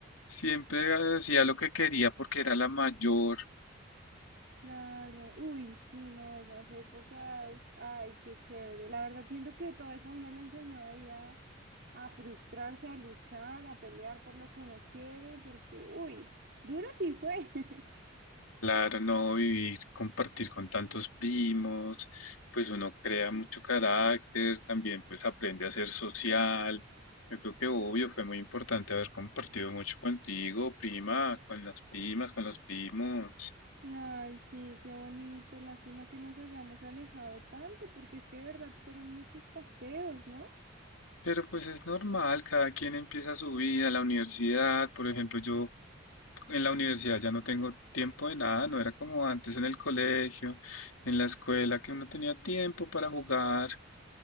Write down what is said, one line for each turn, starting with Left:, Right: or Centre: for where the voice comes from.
Left: siempre hacía lo que quería porque era la mayor.
Right: claro, uy, sí, no, esas épocas, ay, qué chévere. La verdad siento que todo eso a uno le enseñó ahí a, a frustrarse, a luchar, a pelear por lo que uno quiere, porque, uy, duro sí fue. <laughs>
Left: Claro, no vivir, compartir con tantos primos, pues uno crea mucho carácter, también pues aprende a ser social. Yo creo que obvio fue muy importante haber compartido mucho contigo, prima, con las primas, con los primos.
Right: Ay, sí, qué bonito. Lástima que nos hayamos alejado tanto, porque es que de verdad fueron muchos paseos, ¿no?
Left: Pero pues es normal, cada quien empieza su vida, la universidad, por ejemplo, yo en la universidad ya no tengo tiempo de nada, no era como antes en el colegio, en la escuela, que uno tenía tiempo para jugar